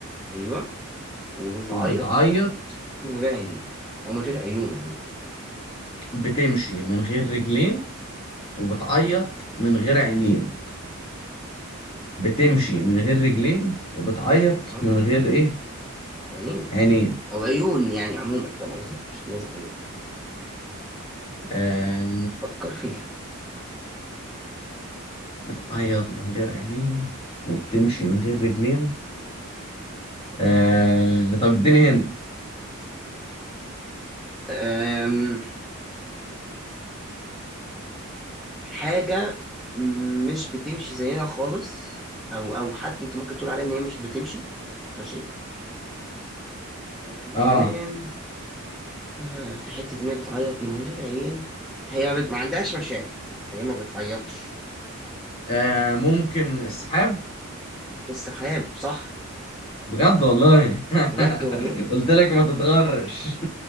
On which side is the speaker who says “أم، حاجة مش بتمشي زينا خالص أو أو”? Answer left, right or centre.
Centre